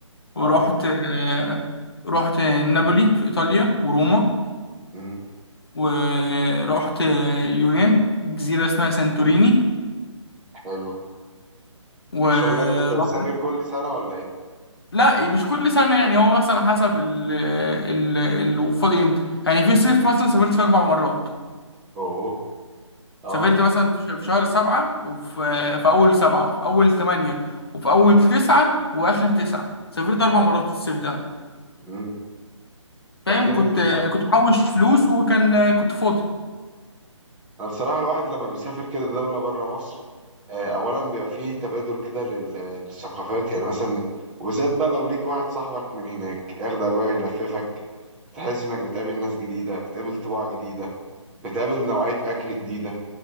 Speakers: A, on the left; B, in the centre.
A: ورحت
B: اه
A: آه، رحت نابولي في ايطاليا وروما
B: امم
A: ورحت آه، اليونان جزيره اسمها سانتوريني
B: حلو
A: ورحت
B: ما شاء الله انت انت بتسافر كل سنة ولا ايه
A: لا مش كل سنة يعني هو مثلا حسب ال ال ال فاضي امتى يعني في صيف مثلا سافرت في أربع مرات
B: اوه
A: سافرت
B: اه
A: مثلا في ش- في شهر سبعة وفي في أول سبعة وفي أول تمانية وفي أول تسعة وآخر تسعة سافرت أربع مرات الصيف ده
B: امم طب
A: فاهم
B: جامد
A: كنت
B: يا عم
A: كنت محوش فلوس وكان كنت فاضي
B: انا بصراحه الواحد لما بيسافر كده دوله بره مصر آه، اولا بيبقى فيه تبادل كده لل- للثقافات يعني مثلا وبالذات بقى لو ليك واحد صاحبك من هناك ياخدك بقى يلففك تحس انك بتقابل ناس جديده بتقابل طباع جديده بتقابل نوعيه اكل جديده